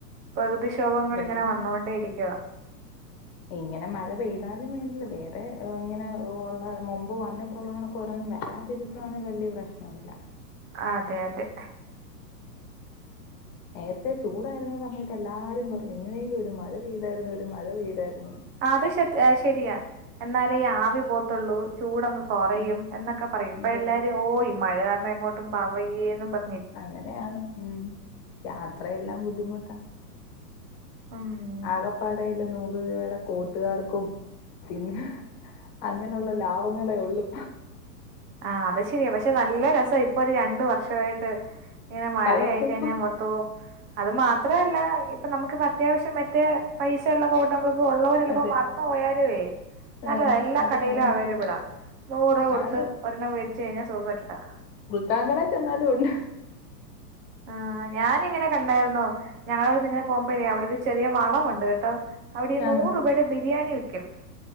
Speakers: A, on the right; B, on the left.
A: പ്രകൃതിക്ഷോഭങ്ങൾ
B: വേറെ
A: ഇങ്ങനെ വന്നൊണ്ടേ ഇരിക്കുക
B: ഇങ്ങനെ മഴ പെയ്താലും വേണ്ടില്ല വേറെ ഇങ്ങനെ ഉള്ള മുമ്പ് വന്നി <unintelligible> ഓരോന്നും വരാതിരിക്കുവാണെങ്കി വലിയ പ്രശ്നവമില്ല
A: അതെ അതെ
B: നേരത്തെ ചൂടായിരുന്ന സമയത്ത് എല്ലാരും പറയും എങ്ങനെലും ഒരു മഴ പെയ്തായിരുന്നു ഒരു മഴ പെയ്തായിരുന്നു
A: ആ അത് ശരിയാ എന്നാലേ ഈ ആവി പോത്തുള്ളൂ ചൂട അങ്ങ് കുറയും
B: അതെ
A: എന്നൊക്കെ പറയും ഇപ്പൊ
B: അതെ
A: എല്ലാരും ഓയി മഴ കാരണം എങ്ങോട്ടും പോവാൻ വയ്യേ ഇ
B: അങ്ങനെയാണ് ഉം യാത്രയെല്ലാം ബുദ്ധിമുട്ടാ
A: ഉം
B: ആകെപ്പാടയിളള നൂറ് രൂപയുടെ കുട്ടുകാർക്കും പിന്നെ അങ്ങനെയുള്ള ലാഭങ്ങളെ ഉള്ളു
A: ആഹ് അത് ശരിയാ പക്ഷെ നല്ല രസ ഇപ്പൊ ഒരു രണ്ട് വർഷവായിട്ട് ഇങ്ങനെ മഴ
B: കളർഫുൾ
A: ആയി കഴിഞ്ഞാൽ മൊ അത് മാത്രവല്ല അപ്പൊ നമുക്കിപ്പം അത്യാവിശ്യം മറ്റേ പൈസയുള്ള കോട്ട് നമ്മളിപ്പോ ഉള്ളവരി ചെലപ്പോ
B: അതെ
A: മറന്നു പോയാലേ നല്ലത
B: ആഹ്
A: എല്ലാ
B: അത്
A: കടയിലും
B: ആന്ന്
A: അവൈലബിള
B: ആന്ന്.
A: നൂറ് കൊടുത്ത്
B: ആന്ന്
A: ഒരെണ്ണം വേടിച്ച് കഴിഞ്ഞാ സുഖായിട്ടിടാ
B: താങ്കളെ ചെന്നാലും ഉണ്ട്
A: ആ ഞാനിങ്ങനെ കണ്ടായിരുന്നു ഞങ്ങളെവിടുന്ന് ഇങ്ങനെ പോകുമ്പോഴേ അവിടെ ഒരു ചെറിയ വളവുണ്ട് കേട്ടോ അവിടെ
B: ആഹ്
A: നൂറ് രൂപയുടെ ബിരിയാണി വക്കും